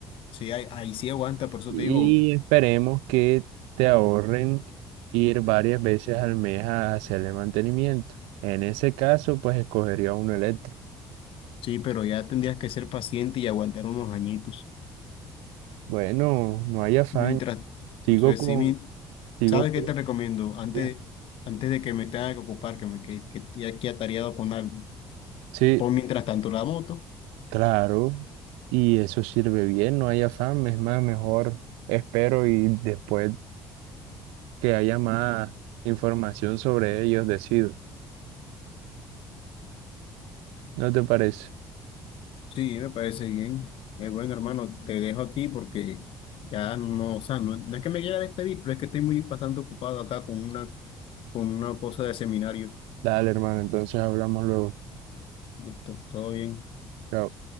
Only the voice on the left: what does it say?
Sí, ahí, ahí sí aguanta, por eso
te digo,
sí, pero ya tendrías que ser paciente y aguantar unos añitos.
Mientras,
pues,
sí,
¿sabes
qué te recomiendo? Antes,
antes de que me tenga que ocupar, que me que, que, esté aquí atareado con algo,
pon mientras tanto la moto.
Sí, me parece bien. Eh, bueno, hermano, te dejo aquí porque ya no, o sea, no, no es que me quiera despedir, pero es que estoy muy bastante ocupado acá con una, con una cosa de seminario.
Listo, todo bien.